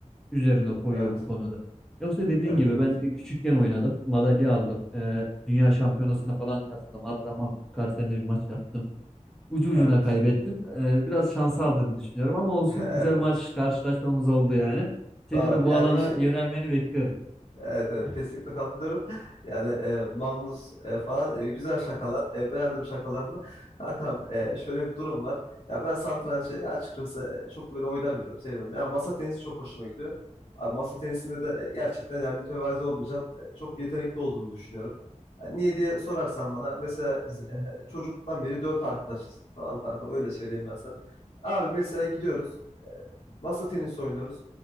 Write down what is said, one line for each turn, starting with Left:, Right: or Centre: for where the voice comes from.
Centre: üzerine koyuyor
Left: Evet.
Centre: bu konuda. Yoksa dediğin
Left: Evet.
Centre: gibi
Left: Evet.
Centre: ben küçükken oynadım. Madalya aldım. Ee, dünya şampiyonasına
Left: Hı hı.
Centre: falan katıldım. Hatta Magnus Carlsen'le bir maç yaptım. Ucu ucuna
Left: Evet.
Centre: kaybettim. Ee, biraz şans aldığını düşünüyorum ama olsun
Left: <laughs> Evet.
Centre: güzel maç karşılaşmamız oldu yani. Seni
Left: Doğru.
Centre: de bu
Left: Yani
Centre: alana
Left: iş
Centre: yönelmeni beklerim.
Left: Evet evet
Centre: Hı
Left: kesinlikle katılıyorum. Yani e, Magnus e, falan e, güzel şakalar. E, beğendim şakalarını. Kankam e, şöyle bir durum var. Ya ben satrançı açıkçası e, çok böyle oynamıyorum. Sevmiyorum. Ya masa tenisi çok hoşuma gidiyor. Abi, masa tenisinde de e, gerçekten yani mütevazi olmayacağım. E, çok yetenekli olduğumu düşünüyorum. Yani niye diye sorarsan bana mesela biz
Centre: hı.
Left: e, çocuktan beri dört arkadaşız. Tamam kankam öyle söyleyeyim ben sana. Abi mesela gidiyoruz Masa tenisi oynuyoruz.